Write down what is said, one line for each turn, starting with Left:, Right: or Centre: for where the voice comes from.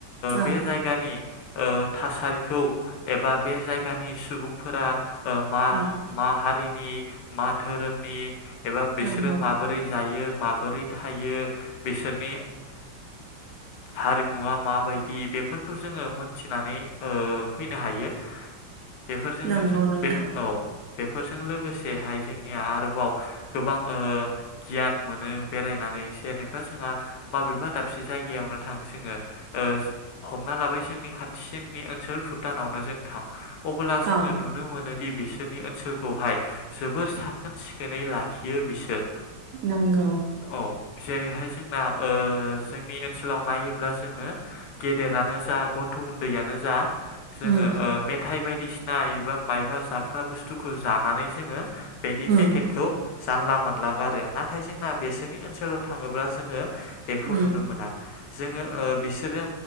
Right: औ
Left: बे जायगानि थासारिखौ एबा बे जायगा सुबुंफोरा ओ मा
Right: औ
Left: मा हारिनि मा धोरोमनि एबा बिसोरो
Right: नंगौ
Left: माबोरै जायो माबोरै थायो बिसोरनि हारिमुआ माबायदि बेफोरखौ जोङो मोनथिनानै ओ फैनो हायो बेफोरजोंनो
Right: नंगौ
Left: जों
Right: नोंथां
Left: औ बेफोरजों लोगोसे हाय जोंनिया आरोबाव गोबां ओ गियान मोनो बेरायनानै जेनेबा जोंहा माबेबा दाबसे जायगायावनो थां जोङो ओ हमना लाबाय जोंनि खाथिसिननि ओनसोल भुटानावनो जों थां अब्ला जोङो
Right: औ
Left: नुनो मोनो दि बिसोरनि ओनसोलखौहाय जोबोर साखोन सिखोनै लाखियो बिसोर
Right: नोंगौ
Left: औ जेरैहाय जोंना ओ जोंनि ओनसोलाव नायोब्ला जोङो गेदेरानो जा गथ गथ' उन्दैयनो जा जोङो
Right: उम
Left: ओ मेथाइ बायदिसिना एबा मायबा जाग्रा बुस्थुखौ जानानै जोङो बेनि
Right: उम
Left: पेकेटखौ जानला मोनला गारो नाथाय जोंना बेसोरनि ओनसोलाव थाङोब्ला जोङो बेखौ
Right: उम
Left: नुनो मोना जोङो ओ बिसोरो